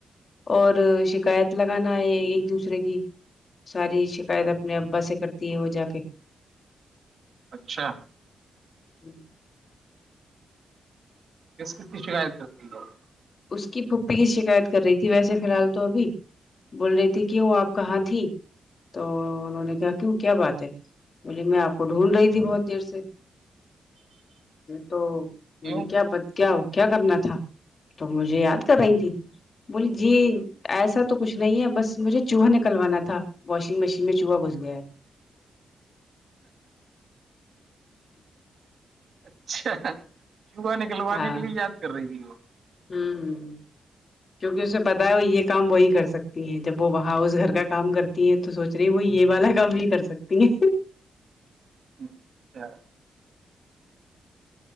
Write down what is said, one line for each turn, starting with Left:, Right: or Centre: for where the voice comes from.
Left: اور شکایت لگانا ہے ایک دوسرے کی ساری شکایت اپنے ابا سے کرتی ہے وہ جا کے
Right: اچھا
Left: ہی <inaudible>
Right: کس کس کی شکایت کرتی ہے
Left: اس کی پھوپھی کی شکایت کر رہی تھی ویسے فی الحال تو ابھی بول رہی تھی کیوں آپ کہاں تھی تو انہوں نے کہا کیوں کیا بات ہے بوولے میں آپ کو ڈھونڈ رہی تھی بہت دیر سے تو بولے
Right: کیوں
Left: کیا کیا کیا کرنا تھا تو مجھے یاد کر رہی تھی بولی جی ایسا تو کچھ نہیں ہے بس مجھے چوہا نکلوانا تھا واشنگ مشین میں چوہا گھس گیا ہے
Right: اچھا چوہا نکلوانے
Left: ہاں
Right: کے لیے یاد کر رہی تھی وہ
Left: ہوں ہ کیونکہ اسے پتا ہے وہ یہ کام وہی کر سکتی ہیں جب وہ وہاں اس گھر کا کام کرتی ہیں تو سوچ رہی وہ یہ والا کام بھی کر سکتی ہیں
Right: س <unintelligible>